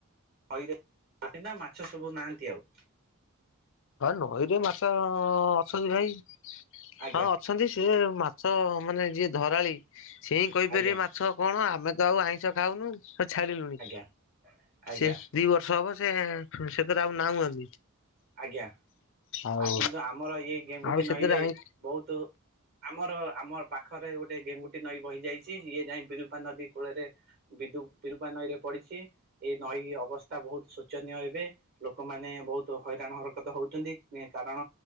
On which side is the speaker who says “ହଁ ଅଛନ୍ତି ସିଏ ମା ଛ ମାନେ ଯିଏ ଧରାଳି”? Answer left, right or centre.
Left